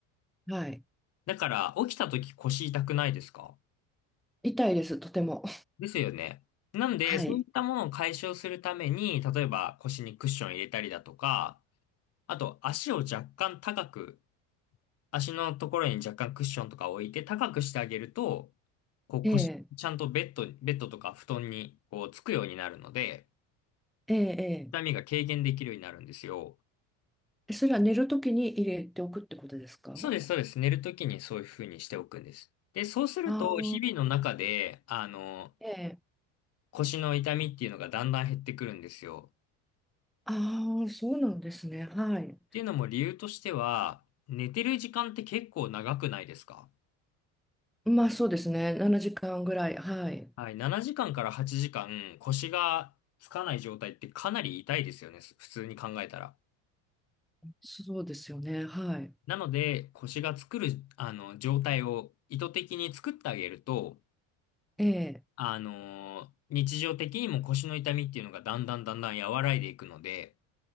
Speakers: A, in the centre; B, on the left.
A: はい。
B: だから、起きたとき腰痛くないですか
A: 痛いです、とても。
B: ですよね。なんで、
A: <laughs> はい。
B: そういったものを解消するために、例えば腰にクッション入れたりだとか、あと足を若干高く、足のところに若干クッションとか置いて高くしてあげると、こう腰、
A: ええ。
B: ちゃんとベッド、ベッドとか布団にこうつくようになるので、
A: ええ。
B: 痛みが軽減できるようになるんですよ。
A: ええ。それは寝るときに入れておくってことですか
B: そうです、そうです。寝るときにそういうふうにしておくんです。で、そうすると、
A: ああ、
B: 日々の中で、あの、
A: ええ。
B: 腰の痛みっていうのがだんだん減ってくるんですよ。
A: ああ、そうなんですね。はい。
B: っていうのも理由としては、寝てる時間って結構長くないですか
A: まあそうですね。7時間ぐらい。はい。
B: はい、7時間かんから8時間腰がつかない状態ってかなり痛いですよね、す普通に考えたら。
A: そうですよね。はい。
B: なので、腰が作る、あの、状態を意図的に作ってあげると、
A: ええ、
B: あのー日常的にも腰の痛みっていうのがだんだんだんだん和らいでいくので、